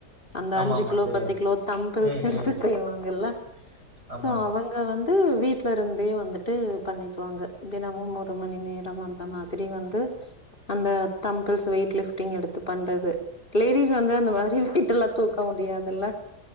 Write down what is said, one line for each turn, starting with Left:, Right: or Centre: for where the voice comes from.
Left: அந்த
Right: ஆமா
Left: அஞ்சு
Right: ஆமா
Left: கிலோ
Right: தெரியும்
Left: பத்து கிலோ தம்பிள்ஸ்
Right: ம்
Left: செலத்து
Right: ம்
Left: செய்வாங்கல்ல
Right: ஆமா
Left: சோ அவங்க வந்து து வீட் ல இருந்தே வந்துட்டு பண்ணிக்குவாங்க தினமும் ஒரு மணி நேரோ அந்த மாரி திரி வந்து அந்த தம்பள்ஸ் வெய்லிப் டிங் எடுத்து பண்றது லேடிஸ் வந்த அந்த மாரி வெயிட்டுல தூக்க முடியாதுல்ல